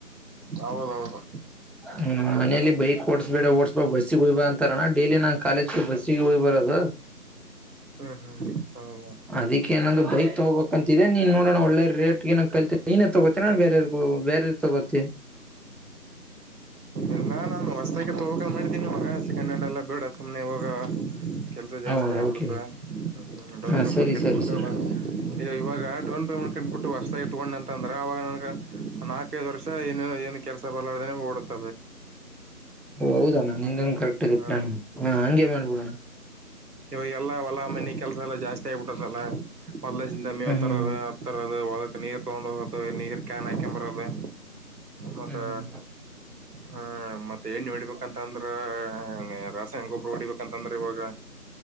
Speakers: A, on the right; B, in the centre.
A: ಹೌದೌದು
B: ಹ್ಮ್ ಮನೇಲಿ ಬೈಕ್ ಓಡಸ್ಬೇಡ ಓಡಸ್ಬೇ ಬಸ್ಸಿಗೆ ಹಯ್ೇ ಅಂತಾರ ಡೇಲಿ ನನ್ ಕಾಲೇಜ್ ಬಸ್ಸಿಗೆ ಹೋಗಯ್ ಬರೋದು
A: ಹ್ಮ್ ಹ್ಮ್ ಹೌದಾ
B: ಅದಕ್ಕೆೇಏನೊಂದು ಬೈಕ್ ತಗೋಬೇಕಂತ ಇೇ ನೀನ್ ನೋಡೋಣ ಒಳ್ಳೆ ರೇಟ್ಗೆ ನ ಕಲ್ನೇ ತಗೋತೀ ಬೇರೆ ಬೇ ಸ ಬಿ
A: ಎಲ್ಲಾ ನಾನು ಹೊಸ್ತಕ್ಕೆ ತಗಕೊಂಡ್ ಮಾಡಿದೀನಿ ಮಗ ಹಸಿ ಕನ್ನಡಲ್ಲ ಬಿೇಡ ಸುಮ್ಮನೆ ಹೋಗ ಕೆಲಸ ಜಾಸ್ತಿ
B: ಹೌದ
A: ಆಗಿಬಿಡುತ್ತೆ
B: ಓಕೆ
A: ಡೌನ್
B: ಹಾ
A: ಪೇಮೆಂಟ್
B: ಸರಿ
A: ಕಟ್ಬಿಟ್ಟು
B: ಸರಿ ಸರಿ
A: ಬಂದು ನೀವು ಇಾಗ ಡೌನ್ ಪೇಮೆಟ್ಬಿಟ್ಟು ವಸತ ಇ ತಗೊಂಡ ಅಂತ ಅಂದ್ರೆ ಆಾಗ ನನ ನಾಲ್ಕೈದು ವರ್ಷ ಏನು ಏನು ಕೆಲಸ ಬರ್ಾರ್ದ ಓಡುತ್ತ
B: ಹೌದಾನ ನಿಂದನ್ ಕರೆಕ್ ಇ
A: ಹಾ
B: ಪಲಾನ ಹ ಹಂಗಗೆ ಮಾಡ್ಬಣ
A: ಇವಾಗೆಲ್ಲ ಹೊಲ ಮನಿ ಕೆಲಸ ಎಲ್ಲ ಜಾಸ್ತಿ ಆಗಿಬಿಟ್ಟದಲ್ಲ ಹೊಲಸಿಂದ ಮೇವ್
B: ಹ್ಮ್ ಹ್ಮ್
A: ತರೋದು ಹತ್ತ ತರೋದು ಹೊ ನೀರ್ ತಗೊಂಡ ಹೋಗ ನೀರ್ ಕ್ಯಾನ್ ಹಾಕಂಬರದೆ ಮತ್ತೆ
B: ಹ್ಮ್
A: ಹ ಮತ್ತ ಏನ್ ನಡ್ಬೇಕಂತ ಅಂದ್ರ ರಾಸಾಯನ ಗೊಬ್ಬ್ರ ಹೊಡಿಬೇಕಂತಂದ್ರ ಇವಾಗ